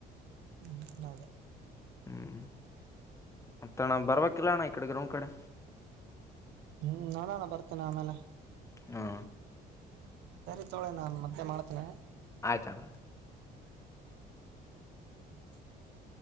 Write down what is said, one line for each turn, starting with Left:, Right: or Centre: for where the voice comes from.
Right: ಹ್ಮ್ದೇ
Left: ಹ್ಮ ಮತ್ತಣ ಬರವಾಗಿಕ್ಕಿಲ್ಲಣ ಇ ಕಡೆ ಗ್ರೌ್ ಕಡೆ
Right: ಹ್ಮ್ ನೋಡೋಣ ಬರ್ತೇನ ಆಮೇಲೆ
Left: ಹಾ
Right: ಸರಿ ತೊಳೆ ನಾನ್ ಮತ್ತೆ ಮಾಡ್ತೇನೆ
Left: ಆಯ್ತಣ್ಣ
Right: ಹ